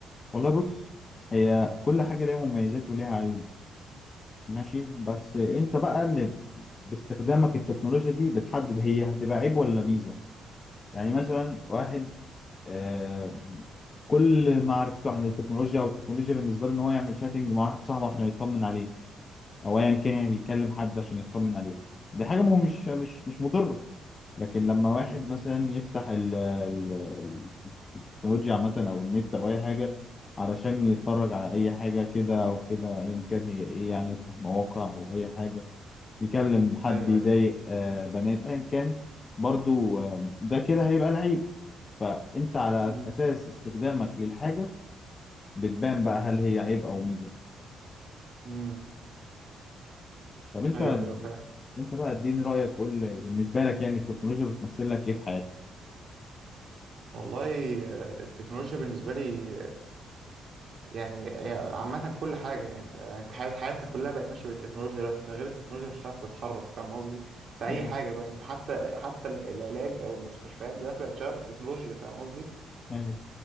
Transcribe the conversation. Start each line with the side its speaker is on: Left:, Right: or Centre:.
Left: والله بص هي كل حاجة ليها مميزات وليها عيوب ماشي بس انت بقى اللي باستخدامك التكنولوجيا دي بتحدد هي هتبقى عيب ولا ميزة يعني مثلا واحد آه كل معرفته عن التكنولوجيا او التكنولوجيا بالنسبة له ان هو يعمل شاتنج مع واحد صاحبه عشان يطمن عليه او ايا كان يعني بيكلم حد عشان يطمن عليه دي حاجة مو- مش مش مش مضرة لكن لما واحد
Right: مم.
Left: مثلا يفتح ال- ال- التكنولوجيا عامة أو النت أو أي حاجة علشان يتفرج على أي حاجة كده أو كده أيا كان هي إيه يعني يفتح مواقع أو أي حاجة يكلم حد
Right: ايوه
Left: يضايق
Right: ايوه
Left: آه، بنات أيا كان برضو آه، ده كده هيبقى العيب فأنت على
Right: مم.
Left: أساس استخدامك للحاجة بتبان بقى هل هي عيب أو ميزة
Right: مم.
Left: طب أنت
Right: ايوه ايوه فعلا
Left: أنت بقى اديني رأيك قول بالنسبة لك يعني التكنولوجيا بتمثل لك إيه في حياتك؟
Right: والله آه، التكنولوجيا بالنسبه لي يعني يعني عامة كل حاجة يعني انت انت حيات حياتنا كلها بقت ماشية بالتكنولوجيا دلوقتي من غير التكنولوجيا مش هتعرف تتحرك فاهم قصدي؟ في أي
Left: مم.
Right: حاجة بقى انت حتى حتى العلاج أو المستشفيات دلوقتي بقت شغالة بالتكنولوجيا فاهم قصدي؟
Left: ايوه